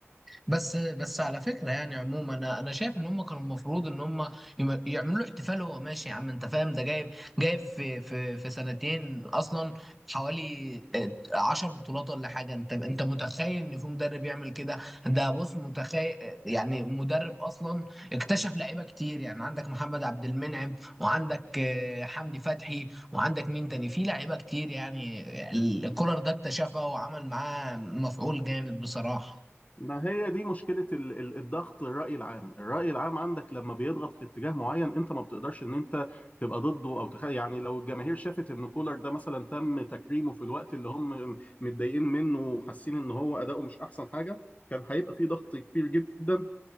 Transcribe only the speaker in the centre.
بس بس على فكره يعني عموما انا انا شايف ان هم كانوا المفروض ان هم يم- يعملوا له احتفال وهو ماشي يا عم انت فاهم ده جايب جايب في في في سنتين اصلا حوالي آه، عشر بطولات ولا حاجه انت انت متخيل ان في مدرب يعمل كده ده بص متخيل آه، يعني مدرب اصلا اكتشف لعيبه كتير يعني عندك محمد عبد المنعم وعندك آه، حمدي فتحي وعندك مين تاني في لعيبه كتير يعني آه، الكولر ده اكتشفها وعمل معاه مفعول جامد بصراحه